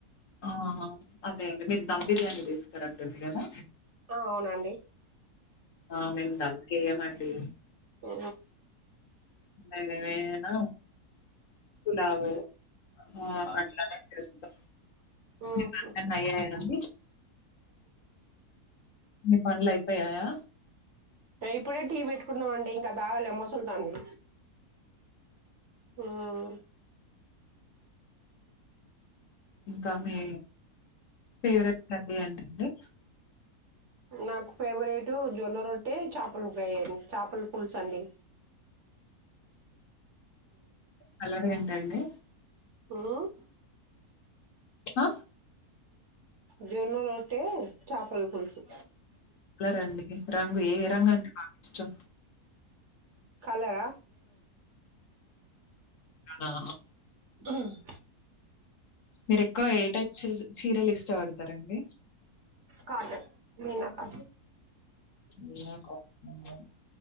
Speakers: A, on the left (about 60°); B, on the right (about 55°).
A: ఆహా అదే అండి మీరు ధమ్ బిర్యానీ తీస్తారంటుంది కదా
B: ఆ అవునండి
A: ఆ మేము దమకేయమండి
B: ఆ
A: అదేనా పులావు ఆ అట్లానే తెస్తాం
B: ఉహు
A: మీ పనులన్న అయ్యానడి మీ పనులు అయిపోయాయా
B: ఏ ఇప్పుడే టీ పెట్టుకున్నామ అండి ఇంకా తాగాలే మోసల్తాంది ఉహ్
A: ఇంకా మీ ఫేవరెట్ కర్రీ ఏంటండి
B: నాకు ఫేవరెట్ జొన్న రొట్టె, చేపల ఫ్రై, చేపల పులుసు అండి.
A: కలర్ ఏంటండి
B: ఉహ్
A: అ
B: జొన్న రొట్టె చేపల్ పల్ పులుసు
A: లరండి రంగు ఏ రంగు అంటే బాగా ఇష్టం.
B: కాలరా
A: ఆహ్
B: ఆహ్
A: మీరు ఎక్కువ ఏ టైప్ చిస్ చీరలు ఇష్టపడతారండి.
B: కాటన్ మీనా కండి
A: ఏ <unintelligible>